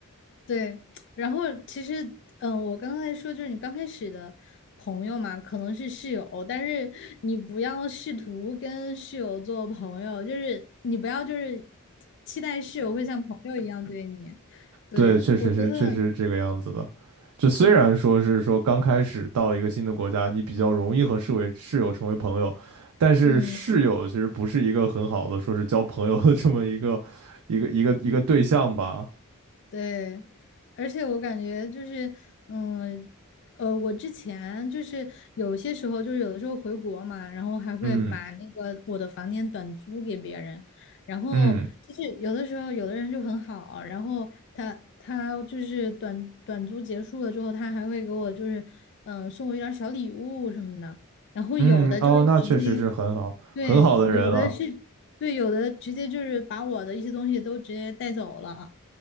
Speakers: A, on the left; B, on the right.
A: 对，然后其实，嗯、我刚才说就是你刚开始的朋友嘛，可能是室友，但是你不要试图跟室友做朋友，就是你不要就是期待室友会像朋友一样对你。对，
B: 对，确实是，
A: 我觉得，
B: 确实是这个样子的。就虽然说是说刚开始到一个新的国家，
A: 对，
B: 你比较容易和室友室友成为朋友，但是室友其实不是一个很好的说是交朋友的这么一个一个一个一个对象吧。
A: 嗯。对，而且我感觉就是，嗯，呃，我之前就是有些时候，就是有的时候回国嘛，然后还会把那个我的房间短租给别人，
B: 嗯
A: 然后就是有的时候有的人就很好，
B: 嗯
A: 然后他他就是短短租结束了之后，他还会给我就是嗯、呃送我一点儿小礼物什么的，然后有的就是直接
B: 嗯，哦，那确实是很好很好的人了。
A: 对，有的是对，有的直接就是把我的一些东西都直接带走了。